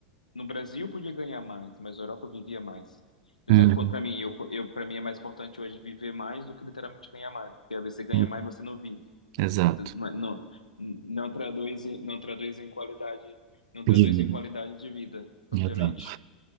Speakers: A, on the left; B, on the right.
A: no Brasil eu podia ganhar mais, mas na Europa eu vivia mais. Então,
B: uhum,
A: De certo ponto, para mim, eu, eu, para mim é mais importante hoje viver mais do que literalmente ganhar mais, porque às vezes você ganha
B: uhum.
A: mais, você não vive,
B: Exato.
A: Então, não, é, não, não traduz, em- não traduz em qualidade, não traduz
B: De vida.
A: em qualidade de vida, propriamente.
B: Exato.